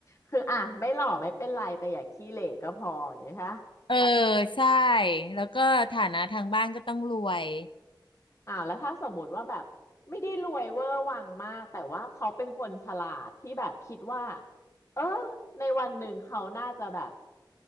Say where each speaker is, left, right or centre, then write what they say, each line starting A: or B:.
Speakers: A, on the left (about 35°); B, on the left (about 80°).
A: คืออ่ะไม่หล่อไม่เป็นไรแต่อย่าขี้เหร่ก็พออย่างนี้ค่ะ
B: เออใช่ แล้วก็ฐานะทางบ้านก็ต้องรวย
A: อ่าแล้วถ้าสมมติว่าแบบไม่ได้รวยเวอร์วังมากแต่ว่าเขาเป็นคนฉลาดที่แบบคิดว่าเออในวันหนึ่งเขาน่าจะแบบ